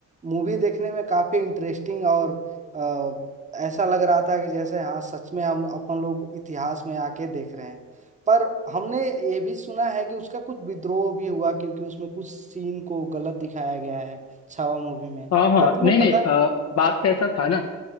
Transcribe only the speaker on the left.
हाँ हाँ
नहीं
नहीं अ,
बात ऐसा था ना